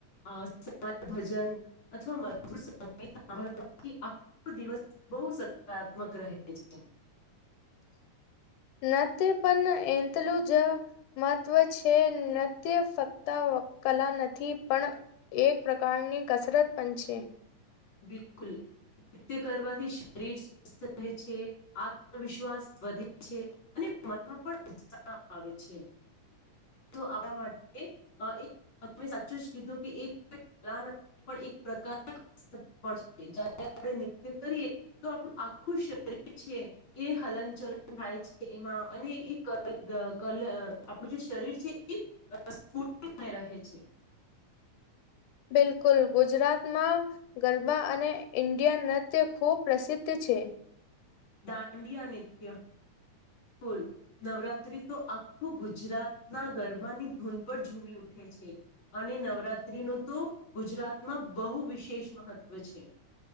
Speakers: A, on the left; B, on the left.
A: અ સમય ભજન અથવા મધુર સંગીત <unintelligible> તો દિવસ બહુ સકારાત્મક રહે છે.
B: <inaudible> નાતીવ પણ એંતલું જ મહત્વ છે નાતિયું ફક્ત વ કલા નથી પણ એક પ્રકારની કસરત પણ છે.
A: બિલકુલ નૃત્ય કરવાથી શરીર સ્વસ્થ રહે છે આત્મવિશ્વાસ વધે છે અને મન પણ આવે નત્ય આપણા માટે, એક સાચું જ કીધું. સલા નથી પણ એક પ્રકાર. આપણે ન્ય કરીએ તો આપણું આખું શરીર છે એ. ચલન ચલન થાય છે. એમાં અને એ કલ આપણું જે શરીર છે એ. રખપુર મે રહે છે
B: બિલકુલ ગુજરાતમાં ગરબા અને ઈન્ડિયા નૃત્ય ખુબ પ્રસિદ્ધ છે. છે.
A: દાંડિયા નિત્ય. બલ નવરાત્રી તો આખું ગુજરાત ના ગરબાની ધૂન પર ઝૂમી ઉઠ. છે. અને નવરાત્રી ન તો ગુજરાતમાં બહુ વિશેષ મહત્વ છે.